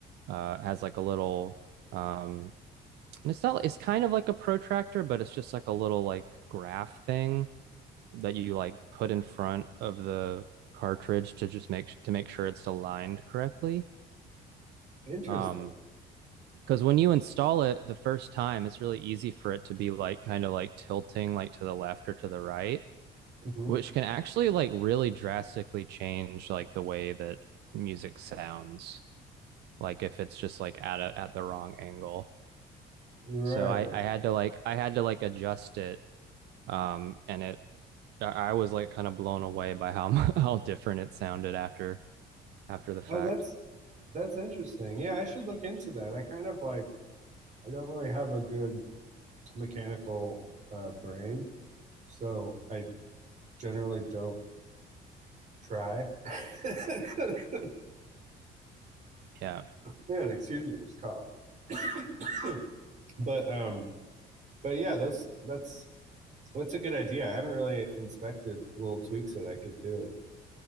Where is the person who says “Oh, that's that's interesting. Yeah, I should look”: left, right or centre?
Right